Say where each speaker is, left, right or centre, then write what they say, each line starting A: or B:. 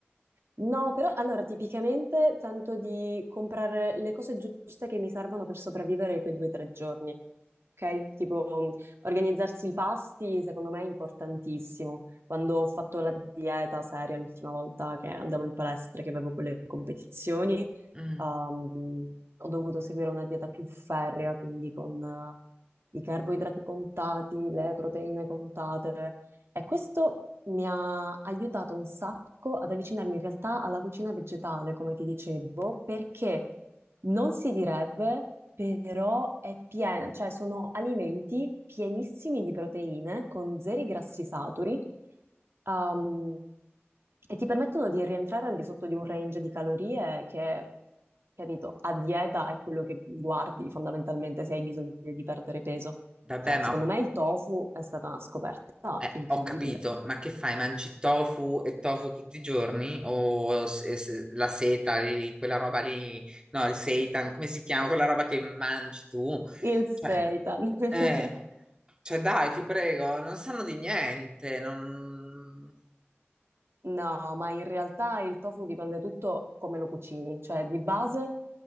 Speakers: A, on the right; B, on the right.
A: No, però allora tipicamente tento di comprare le cose giuste che mi servono per sopravvivere quei due o tre giorni. Ok? Tipo, mh, organizzarsi i pasti, secondo me è importantissimo. Quando ho fatto la dieta seria l'ultima volta che andavo in palestra, che avevo quelle competizioni,
B: mm,
A: ehm, ho dovuto seguire una dieta più ferrea, quindi con eh, i carboidrati contati, le proteine contate. E questo mi ha aiutato un sacco ad avvicinarmi in realtà alla cucina vegetale, come ti dicevo, perché non si direbbe, però è piena, cioè sono alimenti pienissimi di proteine con zeri grassi saturi. um, e ti permettono di rientrare al di sotto di un range di calorie che, capito, a dieta è quello che guardi fondamentalmente se hai bisogno di perdere peso.
B: vabbè,
A: Cioè,
B: ma
A: secondo me il tofu è stata una scoperta.
B: Eh,
A: Incredibile.
B: ho capito, ma che fai? Mangi tofu e tofu tutti i giorni? O se- se- la seta, lì, quella roba lì, no, il seitan, come si chiama? Quella roba che mangi tu?
A: Il seitan.
B: Cioè,
A: <laughs>
B: eh, cioè dai, ti prego, non sanno di niente, non...
A: No, ma in realtà il tofu dipende tutto come lo cucini, cioè di base